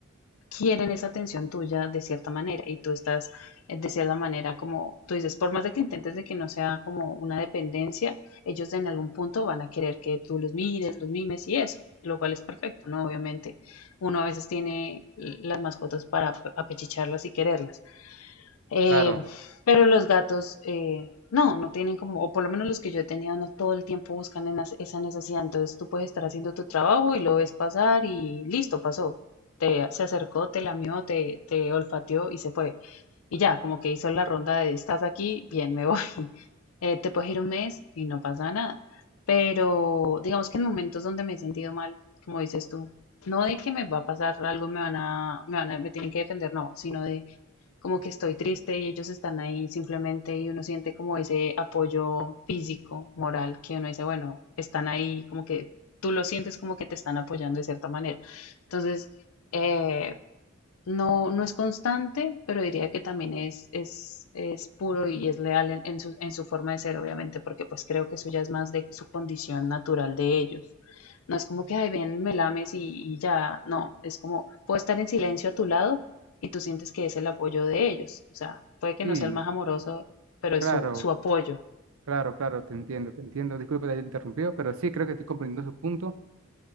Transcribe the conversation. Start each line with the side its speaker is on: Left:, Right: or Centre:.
Left: quieren esa atención tuya de cierta manera y tú estás eh, de cierta manera como tú dices, por más de que intentes de que no sea como una dependencia, ellos en algún punto van a querer que tú los mires, los mimes y eso, lo cual es perfecto, ¿no? Obviamente, uno a veces tiene las mascotas para ap- apechicharlas y quererlas. Eh,
Right: claro,
Left: pero los gatos, eh, no, no tienen como, o por lo menos los que yo he tenido, no todo el tiempo buscan en as- esa necesidad. Entonces tú puedes estar haciendo tu trabajo y lo ves pasar y listo, pasó. Te, se acercó, te lamió, te, te olfateó y se fue. Y ya, como que hizo la ronda de estás aquí, bien, me voy. <laughs> Eh, te puedes ir un mes y no pasa nada. Pero digamos que en momentos donde me he sentido mal, como dices tú, no de que me va a pasar algo, me van a, me van a, me tienen que defender, no, sino de como que estoy triste y ellos están ahí simplemente y uno siente como ese apoyo físico, moral, que uno dice, bueno, están ahí, como que tú lo sientes como que te están apoyando de cierta manera. Entonces, eh, no, no es constante, pero diría que también es, es, es puro y es leal en, en su, en su forma de ser, obviamente, porque pues creo que eso ya es más de su condición natural de ellos. No es como que, ay, ven, me lames y, y ya, no, es como, puedo estar en silencio a tu lado y tú sientes que es el apoyo de ellos. O sea, puede que
Right: sí,
Left: no sea el más amoroso, pero
Right: claro,
Left: es su, su apoyo.
Right: claro, claro, te entiendo, te entiendo. Disculpe de haber interrumpido, pero sí creo que estoy comprendiendo su punto.